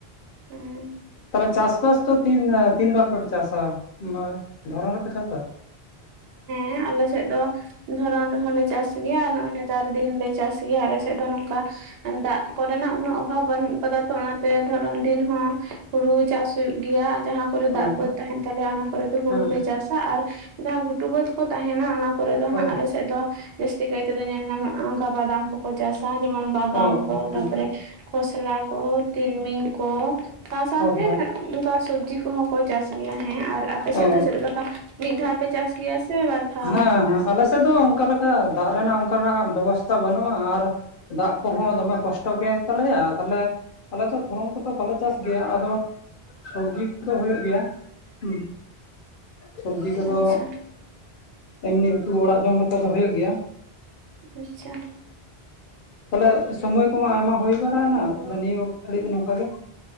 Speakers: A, on the right (about 75°); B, on the left (about 60°).
A: ᱦᱩᱢ
B: ᱛᱟᱦᱚᱞᱮ ᱪᱟᱥᱵᱟᱥ ᱫᱚ ᱛᱤᱱ ᱫᱷᱟᱣ ᱛᱤᱱ ᱵᱟᱨ ᱯᱮ ᱪᱟᱥᱟ ᱵᱟᱹᱭ ᱫᱷᱚᱨᱚᱱ ᱪᱟᱥᱟ
A: ᱦᱮᱸ ᱟᱞᱮ ᱥᱮᱫ ᱫᱚ ᱫᱷᱚᱨᱚᱱ ᱨᱮᱦᱚᱸ ᱞᱮ ᱪᱟᱥ ᱜᱮᱭᱟ ᱟᱨ ᱱᱚᱭ ᱱᱮᱛᱟᱨ ᱫᱤᱱ ᱞᱮ ᱪᱟᱹᱥ ᱜᱮᱭᱟ ᱟᱞᱮ ᱥᱮᱫ ᱫᱚ ᱱᱚᱝᱠᱟ᱾ ᱫᱟᱜ ᱠᱚᱨᱮᱱᱟᱜ ᱩᱱᱟᱹᱜ ᱚᱵᱷᱟᱵᱽ ᱵᱟᱹᱱᱩᱜ ᱠᱟᱫᱟ ᱛᱚ ᱚᱱᱟᱛᱮ ᱫᱷᱚᱨᱚᱱ ᱫᱤᱱ ᱦᱚᱸ ᱦᱩᱲᱩ ᱪᱟᱥ ᱦᱩᱭᱩᱜ ᱜᱮᱭᱟ ᱟᱨ ᱡᱟᱦᱟᱸ ᱠᱚᱨᱮ ᱫᱟᱜ
B: ᱦᱳᱭ
A: ᱵᱟᱹᱫ ᱛᱟᱦᱮᱱ ᱛᱟᱞᱮᱭᱟ ᱚᱱᱟ ᱠᱚᱨᱮ ᱫᱚ ᱦᱩᱲᱩ
B: ᱦᱮᱸ
A: ᱞᱮ ᱪᱟᱥᱟ ᱟᱨ ᱡᱟᱦᱟᱸ ᱜᱷᱩᱴᱩ ᱵᱟᱹᱫᱽ ᱠᱚ ᱛᱟᱦᱮᱱᱟ ᱚᱱᱟ ᱠᱚᱨᱮ ᱫᱚ ᱦᱟᱸᱜ
B: ᱦᱳᱭ
A: ᱟᱞᱮᱥᱮᱫ ᱫᱚ ᱡᱟᱹᱥᱛᱤ ᱠᱟᱭ ᱛᱮ ᱫᱚ ᱧᱮᱞ ᱧᱟᱢᱚᱜᱼᱟ ᱚᱱᱠᱟ ᱵᱟᱫᱟᱢ ᱠᱚ ᱠᱚ ᱪᱟᱥᱟ ᱡᱮᱢᱚᱱ ᱵᱟᱫᱟᱢ
B: ᱚ
A: ᱠᱚ
B: ᱦᱮᱸᱛᱚ
A: ᱛᱟ ᱯᱚᱨᱮ ᱠᱷᱚᱥᱞᱟ ᱠᱚ ᱛᱤᱞᱢᱤᱧ ᱠᱚᱞ ᱥᱟᱶ ᱥᱟᱶᱛᱮ
B: ᱦᱳᱭ ᱦᱳᱭ
A: ᱚᱱᱠᱟ ᱥᱚᱵᱡᱤ ᱠᱚᱦᱚᱸ ᱠᱚ ᱪᱟᱥ ᱜᱮᱭᱟ ᱦᱮᱸ ᱟᱨ ᱟᱯᱮ ᱥᱮᱫ
B: ᱚ
A: ᱫᱚ ᱪᱮᱫ ᱞᱮᱠᱟ? ᱢᱤᱫ ᱫᱷᱟᱣ ᱯᱮ ᱪᱟᱥ ᱜᱮᱭᱟ ᱥᱮ ᱵᱟᱨ ᱫᱷᱟᱣ
B: ᱦᱟᱸ ᱦᱟᱸ ᱟᱞᱮ ᱥᱮᱫ ᱫᱚ ᱚᱱᱠᱟ ᱞᱮᱠᱟ ᱫᱟᱜ ᱨᱮᱱᱟᱜ ᱚᱱᱠᱟᱱᱟᱜ ᱵᱮᱵᱚᱥᱛᱷᱟ ᱵᱟᱱᱩᱜᱼᱟ ᱟᱨ ᱫᱟᱜ ᱠᱚᱦᱚᱸ ᱫᱚᱢᱮ ᱠᱚᱥᱴᱚ ᱜᱮᱛᱟᱞᱮᱭᱟ ᱛᱟᱦᱞᱮ ᱟᱞᱮ ᱫᱚ ᱫᱷᱚᱨᱚᱱ ᱠᱚᱫᱚ ᱵᱟᱞᱮ ᱪᱟᱥ ᱜᱮᱭᱟ ᱟᱫᱚ ᱥᱚᱵᱡᱤ ᱠᱚᱫᱚ ᱦᱩᱭᱩᱜ ᱜᱮᱭᱟ ᱦᱩᱸ᱾ ᱥᱚᱵᱽᱡᱤ ᱠᱚᱫᱚ
A: ᱟᱪᱪᱷᱟ
B: ᱮᱢᱱᱤ ᱩᱛᱩ ᱚᱲᱟᱜ ᱡᱚᱢ ᱞᱮᱠᱟ ᱫᱚ ᱦᱩᱭᱩᱜ ᱜᱮᱭᱟ ᱾
A: ᱟᱪᱪᱷᱟ,
B: ᱛᱟᱦᱚᱞᱮ ᱥᱚᱢᱚᱭ ᱠᱚᱢᱟ ᱟᱭᱢᱟ ᱦᱩᱭ ᱵᱟᱲᱟᱭᱮᱱᱟ ᱛᱟᱦᱮ ᱱᱤᱭᱟᱹ ᱜᱷᱟᱰᱤ ᱫᱚ ᱱᱚᱝᱠᱟ ᱜᱮ᱾